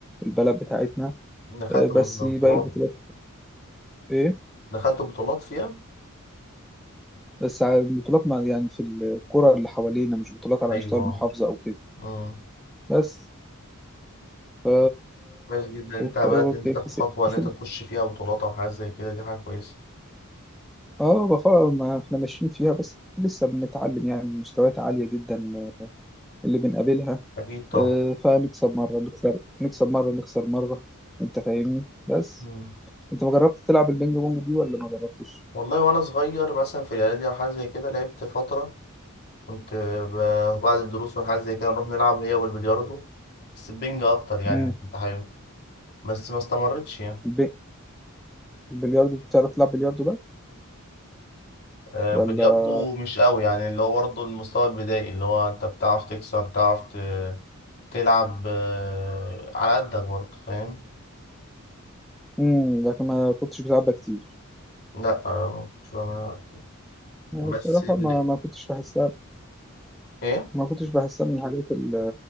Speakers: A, in the centre; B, on the left.
A: البلد بتاعتنا
B: <laughs> دخلت
A: آه، بس
B: م-
A: باقي
B: بطولات
A: البطولات ايه
B: دخلت بطولات فيها
A: بس على البطولات ما يعني في الكره اللي حوالينا مش بطولات على
B: ايوه
A: مستوى المحافظه او كده
B: امم
A: بس ف
B: كويس جدا انت بدات
A: ف أوكي،
B: ان انت تاخد
A: كس-
B: خطوه ان
A: كسب
B: انت تخش فيها بطولات او حاجه زي كده دي حاجه كويسه
A: اه بفا ما احنا ماشيين فيها بس لسه بنتعلم يعني مستويات عاليه جدا آه، اللي بنقابلها
B: اكيد طبعا
A: آه، فنكسب مره نخسر نكسب مره نخسر مره انت فاهمني بس
B: مم.
A: انت ما جربت تلعب البينج بونج دي ولا ما جربتش
B: والله وانا صغير مثلا في الاعدادي او حاجه زي كده لعبت فتره كنت ب- بعد الدروس وحاجات زي كده نروح نلعب هي والبلياردو بس البنج أكتر يعني
A: امم
B: كنت حابب بس ما استمرتش يعني
A: البي... البلياردو بتعرف تلعب بلياردو بقى
B: آه،
A: ولا
B: بلياردو مش قوي يعني اللي هو برضه المستوى البدائي اللي هو أنت بتعرف تكسر تعرف ت- تلعب آه، على قدك برضه فاهم
A: امم لكن ما كنتش بلعبها كتير
B: لا آه، مش بعملها كتير.
A: أنا
B: بس
A: الصراحه
B: ال...
A: ما ما كنتش بحسها
B: ايه
A: ما كنتش بحسها من الحاجات ال...